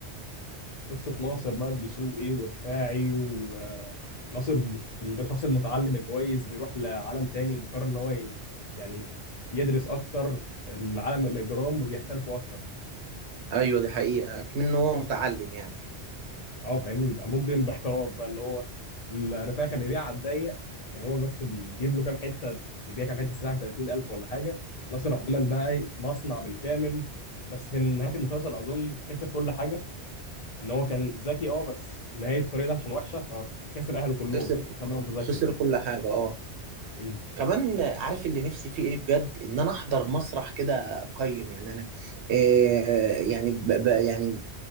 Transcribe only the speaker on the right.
ايوه دي حقيقة منه هو متعلم يعني
خسر
خسر
كل حاجة اه
كمان عارف اللي نفسي فيه ايه بجد ان انا احضر مسرح كده اقيم يعني انا آه يعني ب ب يعني